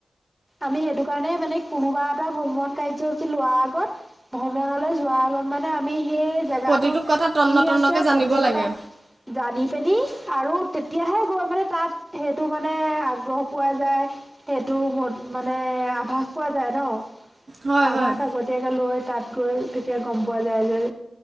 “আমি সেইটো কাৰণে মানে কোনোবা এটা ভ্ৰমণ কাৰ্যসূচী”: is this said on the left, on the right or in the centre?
Right